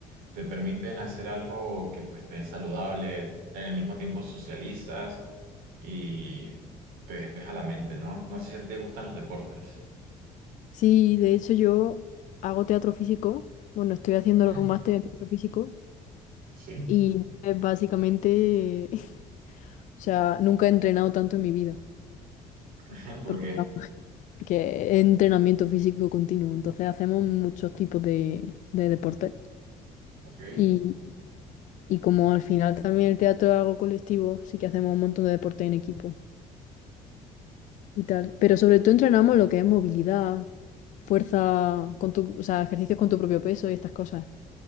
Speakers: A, on the right (about 85°); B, on the left (about 60°).
A: te permiten hacer algo que pues te es saludable, en el mismo tiempo socializas y te despeja la mente, ¿no? No sé si te gustan los deportes.
B: Sí, de hecho yo hago teatro físico. Bueno, estoy haciendo
A: ¿Mm?
B: un máster en teatro físico
A: Sí.
B: y es básicamente, <laughs> o sea, nunca he entrenado tanto en mi vida
A: <laughs> ¿Por
B: porque,
A: qué?
B: estamos- porque es entrenamiento físico continuo. Entonces hacemos muchos tipos de, de deportes
A: Ok.
B: y, y como al final también el teatro es algo colectivo, sí que hacemos un montón de deportes en equipo. y tal. Pero sobre todo entrenamos lo que es movilidad, fuerza con tu, o sea, ejercicios con tu propio peso y estas cosas.